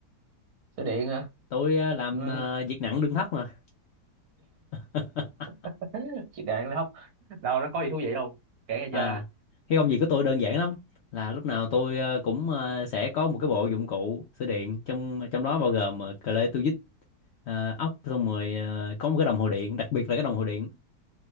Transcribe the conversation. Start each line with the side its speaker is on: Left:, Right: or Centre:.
Right: số điện hả
Left: tôi ờ, làm
Right: ừ.
Left: ờ, việc nặng lương thấp mà <laughs>
Right: <laughs> chị đạn là hóc đâu nó có gì thú vị không kể nghe
Left: à
Right: chơi
Left: cái công việc của tôi đơn giản lắm là lúc nào tôi ờ, cũng ờ, sẽ có một cái bộ dụng cụ sửa điện trong trong đó bao gồm ờ, cờ lê tua vít ờ, ốc xong rồi ờ, có một cái đồng hồ điện đặc biệt là cái đồng hồ điện